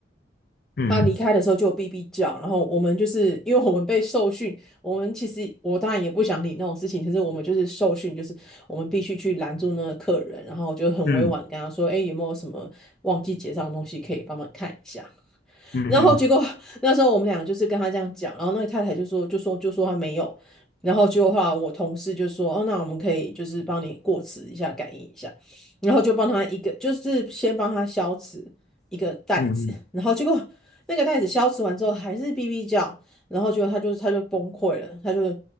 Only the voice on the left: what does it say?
嗯
嗯嗯
嗯嗯嗯。
嗯嗯，